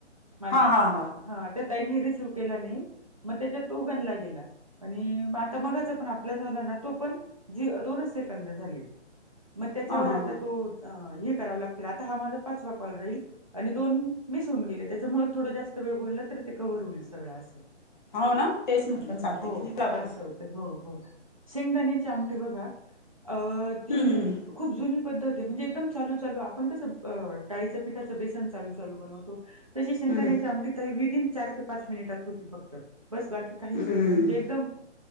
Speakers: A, on the right (about 30°); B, on the left (about 40°).
A: माझा
B: हा हा हा
A: हा त्या ताईनी रिसीव केला नाही मग त्याच्यात तो गणला गेला आणि आता मगाचा पण आपला झाला ना तो पण जी दोनच सेकंद झाली मग त्याच्यावर
B: हा हा
A: आता
B: हा
A: तो अ हे करावं लागतील आता हा माझा पाचवा कॉल राहील आणि दोन मिस होऊन गेले त्याच्यामुळ थोडं जास्त वेळ बोलला तर ते कव्हर होईल सगळं असं.
B: हो ना तेच म्हटलं
A: हम्म,
B: चालतं
A: हो
B: की लागला
A: असं होतं हो हो शेंगदाणेची आमटी बघा अ ती
B: हम्म हम्म
A: खूप जुनी पद्धती म्हणजे एकदम चालू चालू आपण कसं डाळीच्या पिठाचं बेसन चालू चालू बनवतो. तशी शंगदााण्याची
B: हम्म
A: आमटी ताई विदिन चार ते पाच मिनिटात होती फक्त बस बाकी काहीच
B: हम्म
A: वेळ नाही म्हणजे एकदम